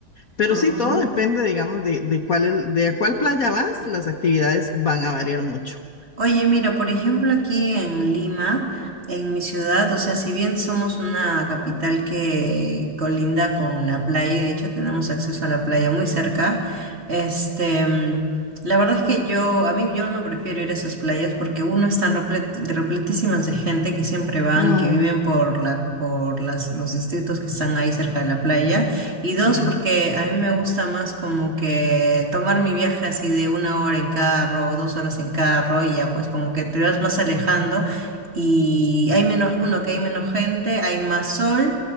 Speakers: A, on the left; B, on the right.
A: Pero
B: Ah.
A: sí, todo depende, digamos, de, de cuál el- de a cuál playa vas, las actividades van a variar mucho.
B: Oye, mira, por ejemplo, aquí en Lima, en mi ciudad, o sea, si bien somos una capital que colinda con la playa y de hecho tenemos acceso a la playa muy cerca, este, mm, la verdad es que yo, a mí yo no prefiero ir a esas playas porque uno están replet- de- repletísimas de gente que siempre van,
A: Mm,
B: que viven por la, por las, los distritos que están ahí cerca de la playa. Y dos,
A: claro.
B: porque a mí me gusta más como que tomar mi viaje así de una hora en carro o dos horas en carro y ya pues como que te vas más alejando y hay menos, uno, que hay menos gente, hay más sol